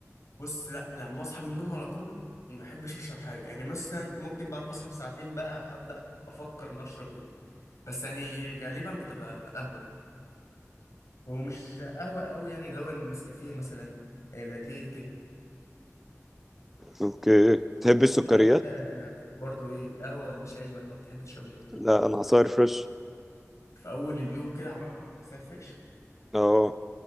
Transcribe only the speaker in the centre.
اوكي تحب السكريات
لا أنا عصاير فريش
اه